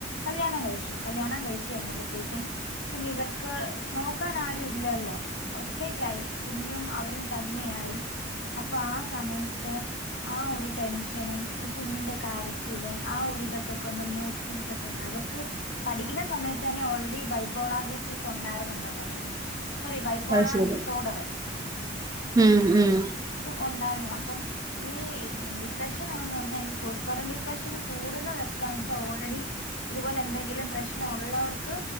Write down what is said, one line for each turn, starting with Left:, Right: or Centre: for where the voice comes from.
Left: കല്യാണം കഴിച്ചു കല്യാണം കഴി ച്ചു കഴിഞ്ഞപ്പോത്തേക്കും പിന്നെ ഇവർക്ക് നോക്കാൻ ആരു ഇല്ലല്ലോ. ഒറ്റയ്ക്കായി കുഞ്ഞും അവരും തന്നെയായി അപ്പൊ ആ സമയത്ത് ആ ഒരു ടെൻഷനും. ഈ കുഞ്ഞിന്റെ കരച്ചിലും ആ ഒരിതൊക്കെ കൊണ്ട് മൂഡ് സിങ്സ് ഒക്കെ ഉണ്ട് അവർക്ക്. പഠിക്കുന്ന സമയത്ത് തന്നെ ഓൾറെഡി ബൈപ്പോളാർ ഡിസീസ്. ഒണ്ടായിരുന്നെന്നാ പറയുന്നെ സോറി ബൈപോളാർ
Right: അത് ശരി
Left: ഡിസോഡർ
Right: ഉം ഉം
Left: ഉണ്ടായിരുന്നു അപ്പം ഈ ഡിപ്രഷനോന്ന് പറ ഞാ ഈ പോസ്റ്റ്മോർട്ടം ഡിപ്രഷന് കൂടുന്നത് എപ്പഴാന്ന് വച്ചാ ഓൾറെഡി ഇതുപോലെ എന്തെങ്കിലും പ്രശ്നം ഉള്ളവർക്ക്